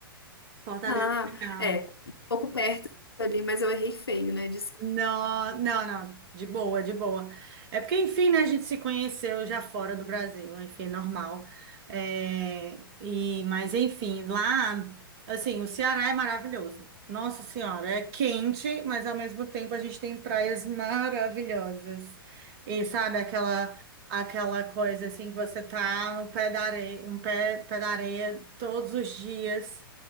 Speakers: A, on the right; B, on the left.
A: Fortaleza,
B: Ah,
A: Ceará.
B: é, um pouco perto ali, mas eu errei feio, né? Desculpa.
A: Não, não, não, de boa, de boa. É porque, enfim, né, a gente se conheceu já fora do Brasil, enfim, é normal. É, e, mas, enfim, lá, assim, o Ceará é maravilhoso. Nossa Senhora, é quente, mas ao mesmo tempo a gente tem praias maravilhosas. E sabe, aquela, aquela coisa assim que você tá no pé da areia, um pé, pé da areia todos os dias.